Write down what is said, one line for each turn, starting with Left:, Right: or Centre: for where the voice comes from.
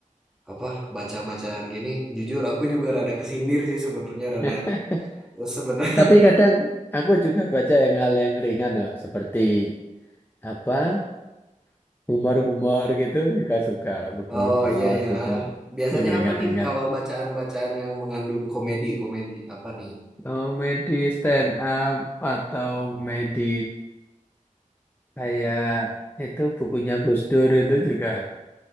Centre: apa baca-bacaan gini, jujur aku juga rada kesindir sih sebenarnya rada
Left: Ya.
Centre: sebenarnya.
Left: Tapi
Centre: <laughs>
Left: kadang aku juga baca yang hal yang ringan loh, seperti apa humor-humor gitu juga suka buku
Centre: Oh
Left: humor
Centre: iya ya.
Left: buku
Centre: Biasanya
Left: yang ringan-ringan.
Centre: apa nih kalau bacaan-bacaan yang mengandung komedi, komedi apa nih?
Left: Komedi stand up atau komedi kayak itu bukunya Gus Dur itu juga